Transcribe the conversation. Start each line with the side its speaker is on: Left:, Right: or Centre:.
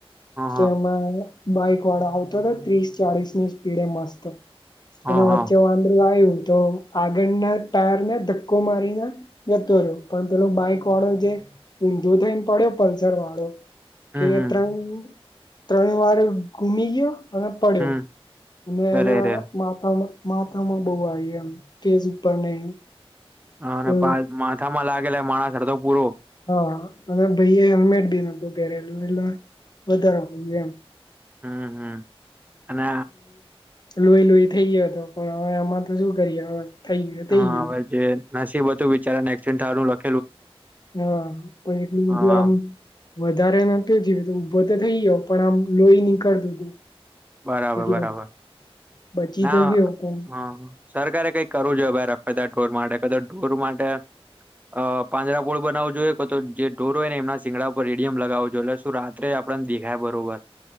Right: હા હા
Left: એમાં બાઈક વાળો આવતો હતો ત્રીસ ચાળસની સ્પીડ એ મસ્ત
Right: હા
Left: અને
Right: હા
Left: વચ્ચે વાંદરું આવ્યું તો આગળના ટાયર ને ધક્કો મારીને જતો રહ્યો પણ પેલો બાઈક વાળો જે ઊંધો થઈને પડ્યો પલ્સર વાળો
Right: હમ
Left: કે
Right: હમ
Left: ત્રણ ત્રણ વાર ઘુમ ગયો અને પડ્યો
Right: હમ
Left: અને
Right: અરે
Left: એના
Right: રે
Left: માા માથામાં બહુ આવી એમ તેજ ઉપર નહ
Right: હા
Left: તો
Right: પા માથામાં લાગેલા માણસ અડધો પૂરો
Left: હા અને ભાઈ એ હેલ્મેટ બી ન હતું પેરેલુ એટ વધારો થ એમ
Right: હમ હમ અને
Left: લોહી લોહી થઈ ગયો હતો પણ હવે આમાં તો શું કરીએ હવે થઈ ગયું થઈ
Right: હા
Left: ગયું.
Right: હવે જે નસીબ હતું વિચારા ને એક્સિડ થવાનું લખ
Left: હા પણ એટલું
Right: હા
Left: બધું આમ વધારે નત જીવે તો ઊભો તો થઈ ગયો પણ આમ લોહી નીકળતું હતું
Right: બરાબર
Left: એટલે
Right: બરાબર
Left: બચી
Right: ના
Left: તો ગયો પણ
Right: હા સરકારે કઈક કરવું જોએઈ રખદ ઢોર માટે કદા ઢોર માટે અ પાંજરાપોળ બનાવું જોઈએ કે તો જે ઢોરો હોય ને એમના સીંગડા ઉપર રેડિયમ લગાવું જોઈએ એટલે રાત્રે આપણ દેખાાય બરોબર